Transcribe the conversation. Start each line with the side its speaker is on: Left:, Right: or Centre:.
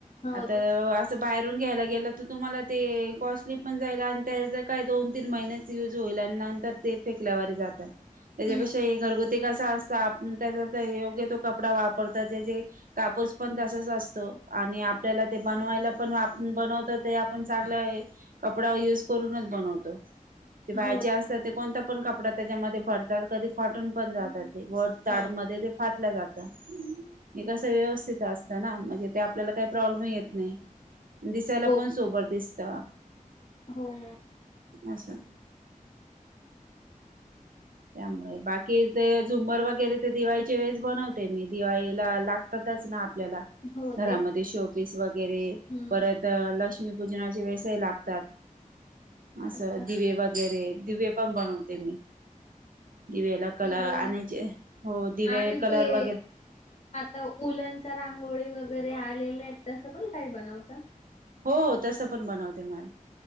Left: हो
Right: आता
Left: तेच
Right: अअ बाहेरून घ्यायला गेलं तर तुम्हाला ते अ कॉस्टली पण जाईल आणि त्याच काय दोन तीन महिन्यात युज होईल आणि नंतर ते फेकल्यावरी जात. त्याच्यापेक्षा
Left: हम्म
Right: हे घरगुती कसा असत आप त्याचा योग्य तो कपडा वापरता त्याचे कापूस पण तसाच असतो आणि आपल्याला ते बनवायला पण बनवत ते आपण चांगलंये. कपडा यूज करूनच बनवतो. ते बाहेरचे
Left: हो
Right: असतात ते कोणता पण कपडा त्याच्यामध्ये भरतात कधी फाटून पण जातात. वड ताडमध्ये
Left: हा हा
Right: ते फाटलं जात. हे कसं व्यवस्थित असतं ना म्हणजे ते आपल्याला काही प्रॉब्लेम येत नाही. दिसायला
Left: हो
Right: पण सोबर दिसत.
Left: हो हो.
Right: असं. त्यामुळे बाकी ते झुंमर वगैरे तर दिवाळीची वेळेस बनवते मी दिवाळीला लाग ना आपल्याला
Left: हो
Right: घरामध्ये
Left: तेच
Right: शोपीस वगैरे
Left: हम्म
Right: परत तर लक्ष्मीपूजनाच्या वेळेस लागतात असं
Left: अच्छा
Right: दिवे वगैरे दिवे पण बनवते मी. दिवेला कलर
Left: किवे
Right: आणयची. हो दिवे
Left: आणि
Right: कलर
Left: ते
Right: वगैरे
Left: आता उलनच्या रांगोळी वगैरे आलेल्या आहेत तसं पण काही बनवता?
Right: हो हो, तसं पण बनवते मॅम.